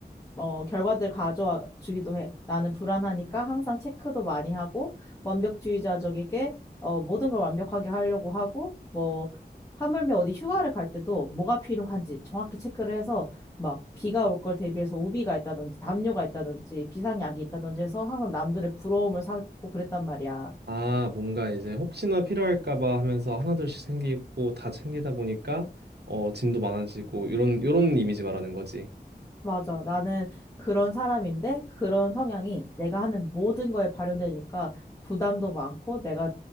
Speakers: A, on the left; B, on the right.
A: 어, 결과들 가져와 주기도 해. 나는 불안하니까 항상 체크도 많이 하고, 완벽주의자적이게, 어, 모든 걸 완벽하게 하려고 하고, 뭐, 하물며 어디 휴가를 갈 때도 뭐가 필요한지 정확히 체크를 해서, 막, 비가 올 걸 대비해서 우비가 있다든지, 담요가 있다든지, 비상약이 있다든지 해서 항상 남들의 부러움을 사고 그랬단 말이야.
B: 아, 뭔가 이제 혹시나 필요할까 봐 하면서 하나둘씩 생기고 다 챙기다 보니까 어, 짐도 많아지고 요런 이런 이미지 말하는 거지.
A: 맞아. 나는 그런 사람인데 그런 성향이 내가 하는 모든 거에 발현되니까 부담도 많고 내가